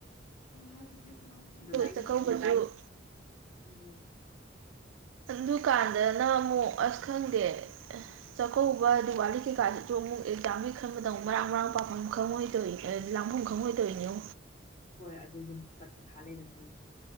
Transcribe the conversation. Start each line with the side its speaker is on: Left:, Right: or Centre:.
Left: ꯎꯝ
Right: ꯆꯥꯛꯀꯧꯕꯁꯨ
Left: ꯎꯝ
Right: ꯗꯨꯀꯥꯟꯗꯅ ꯑꯃꯨꯛ ꯑꯁ ꯈꯪꯗꯦ ꯆꯥꯛꯀꯧꯕ ꯗꯤꯋꯥꯂꯤ ꯀꯩꯀꯥꯁꯨ ꯑꯃꯨꯛ ꯑꯦꯛꯖꯥꯝꯃꯤ ꯈꯟꯕꯗ ꯑꯃꯨꯛ ꯃꯔꯥꯡ ꯃꯔꯥꯡ ꯄꯥꯐꯝ ꯈꯪꯍꯣꯏꯗꯣꯛꯏ ꯂꯥꯡꯐꯝ ꯈꯪꯍꯣꯏꯗꯣꯏꯅꯤꯣ
Left: ꯍꯣꯏ ꯑꯗꯨꯁꯨ ꯑꯃꯨꯛ ꯄꯟꯊꯥ ꯂꯩꯔꯝꯄꯅꯤ